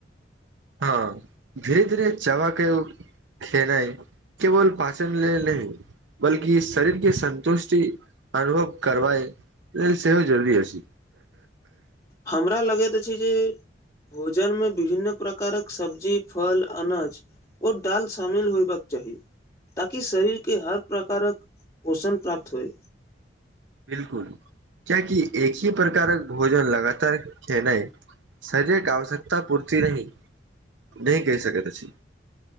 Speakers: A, on the right; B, on the left.
A: हँ धीरे धीरे चबाकै उऽ खेनै केवल पाचन लेल बल्कि शरीर केँ संन्तुष्टि अनुभव करबए लेल सेहो जरूरी अछी
B: हमरा लगैत अछि जे भोजन में विभिन्न प्रकारक सब्जी फल अनाज ओ दाल शामिल होयबाक चाही ताकि शरीर केँ हर प्रकार कऽ पोषण प्राप्त होए
A: बिल्कुल किया की एक ही प्रकार कऽ भोजन लगातार खेनै शरीर केँ आवश्यकता पूरती नही नै कई सकैत अछि